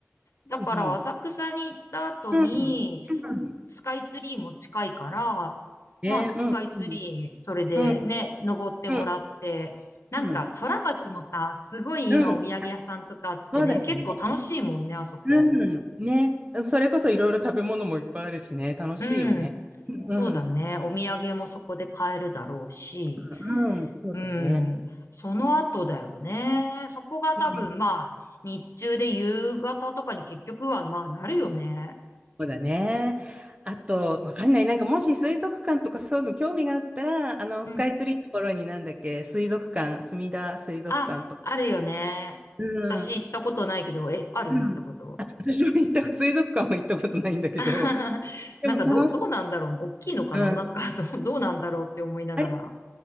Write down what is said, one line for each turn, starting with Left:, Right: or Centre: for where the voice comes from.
Left: だから浅草に行った後に、
Right: うん。うん。うん
Left: スカイツリーも近いから、
Right: ねうんね。
Left: まあスカイツリー、それでね、
Right: うん。
Left: 登ってもらって、
Right: うん。
Left: なんか空町もさ、
Right: うん。うん。
Left: すごい今お土産屋さんとかあってね、
Right: うんそうだよね。
Left: 結構楽しいもんね、あそこ。
Right: うん、ね。でもそれこそいろいろ食べ物もいっぱいあるしね、楽しいよね。
Left: うん。
Right: うん、
Left: そうだね。
Right: う
Left: お土産もそこで買えるだろうし。
Right: ん、うんそうだね。
Left: うん。その後だよね。そこが多分まあ、
Right: うん、
Left: 日中で夕方とかに結局はまあなるよね。
Right: そうだね。あと、わかんない。なんかもし水族館とかそういうの興味があったら、あの、
Left: うん
Right: スカイツリーのところになんだっけ、水族館、墨田水族館とか。
Left: あ、あるよね。
Right: うん。
Left: 私行ったことないけど、え、ある行ったこと。
Right: うん。私も行った、水族館は行ったことないんだけど、
Left: <laughs>
Right: でも楽し
Left: なんかど、どうなんだろうね。大きいのかななんか
Right: い。
Left: <laughs> どう、どうなんだろうって思いながら。
Right: あれ、